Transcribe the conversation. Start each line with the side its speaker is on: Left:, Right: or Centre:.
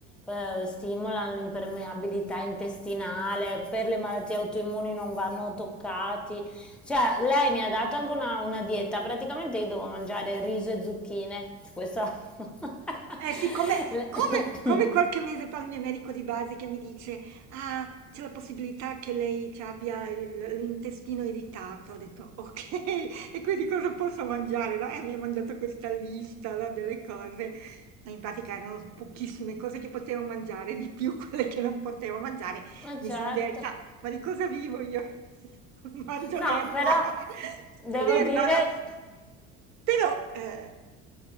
Centre: eh, stimolano l'impermeabilità intestinale, per le malattie autoimmuni non vanno toccati, cioè lei mi ha dato anche una, una dieta, praticamente io devo mangiare riso e zucchine, cioè, questa... <laughs>
Right: Eh sì, come
Centre: <coughs>
Right: come come qualche mese fa il mio medico di base che mi dice: "Ah, c'è la possibilità che lei ci abbia il l'intestino irritato." Ho detto: "Okay, <laughs> e quindi cosa posso mangiare?" No, e mi ha mandato questa lista, no, delle cose, ma in pratica erano pochissime cose che potevo mangiare, di più quelle che non potevo mangiare.
Centre: Ma
Right: Mi
Centre: certo.
Right: son detta: "Ma di cosa vivo io? <laughs> Mangio
Centre: No,
Right: l'erba,
Centre: però
Right: <laughs> mangio
Centre: devo
Right: l'erba",
Centre: dire,
Right: no. Però, ehm